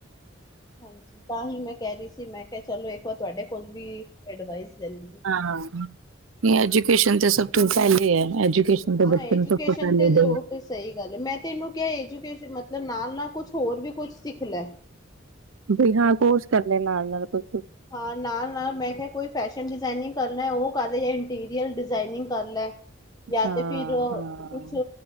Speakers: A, on the left; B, on the right.
A: ਹਾਂਜੀ। ਤਾਂ ਹੀ ਮੈਂ ਕਹਿ ਰਹੀ ਸੀ, ਮੈਂ ਕਿਹਾ ਚਲੋ ਇੱਕ ਵਾਰ ਤੁਹਾਡੇ ਕੋਲ ਵੀ ਐਡਵਾਈਸ ਲੈਲੀ
B: ਹਾਂ! ਨੀ ਐਜੂਕੇਸ਼ਨ, ਤਾ ਸਭ ਤੋਂ ਪਹਿਲੇ ਐਜੂਕੇਸ਼ਨ ਤੇ
A: ਹਾਂ।
B: ਬੱਚੇ
A: ਐਜੂਕੇਸ਼ਨ
B: ਨੂੰ ਸਭ ਤੋਂ ਪਹਿਲੇ
A: ਤੇ
B: ਦੋ।
A: ਉਹ ਤੇ ਸਹੀ ਗੱਲ ਹੈ, ਮੈਂ ਤੇ ਇਹਨੂੰ ਕਿਹਾ ਐਜੂਕੇਸ਼ਨ, ਮਤਲਬ ਨਾਲ-ਨਾਲ ਕੁਛ ਹੋਰ ਵੀ ਕੁਛ ਸਿੱਖ ਲੈ।
B: ਜੀ ਹਾਂ, ਕੋਰਸ ਕਰ ਲੇ ਨਾਲ-ਨਾਲ ਕੋਈ।
A: ਹਾਂ, ਨਾਲ-ਨਾਲ ਮੈਂ ਕਿਹਾ, ਕੋਈ ਫੈਸ਼ਨ ਡਿਜ਼ਾਇਨਿੰਗ ਕਰਨ ਲੈਉਹ ਕਰ ਲੈ, ਇੰਟੀਰੀਅਰ ਡਿਜ਼ਾਇਨਿੰਗ ਕਰ ਲੈ, ਯਾ
B: ਹਾਂ
A: ਤੇ ਫਿਰ
B: ਹਾਂ।
A: ਕੁਛ